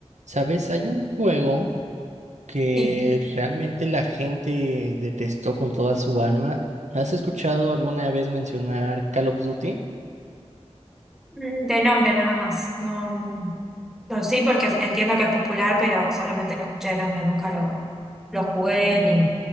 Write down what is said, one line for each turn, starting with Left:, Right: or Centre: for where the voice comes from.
Right: Sabes, hay un juego que
Centre: Sí,
Right: realmente la gente detestó con toda su alma. ¿Has escuchado alguna vez mencionar Call of Duty?
Centre: Mm, de nombre nada más. No, no sí, porque entiendo que es popular, pero solamente lo escuché de nombre, nunca lo, lo jugué ni,